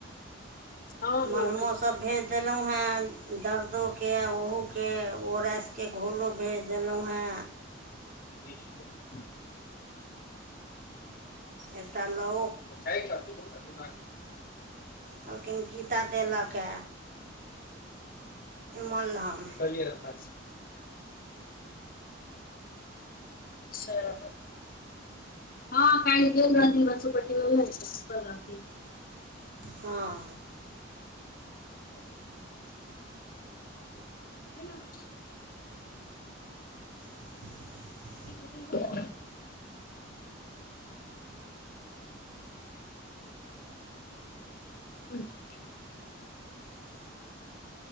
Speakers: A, on the left (about 45°); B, on the right (about 45°).
A: हँ
B: मलहमोसभ
A: हँ
B: भेज देलहुँ हेँ दर्दोके ओहूके ओ रासि के घोलो भेज देलहुँ हँ
A: ज <unintelligible>
B: एकटा लो
A: <unintelligible>
B: कहलखिन गीता देलक ह मलहम
A: बलिय पास छ <unintelligible> हँ क दौन रह बसोपट्टी व रथि
B: हँ
A: सु
B: <unintelligible>
A: <unintelligible> ह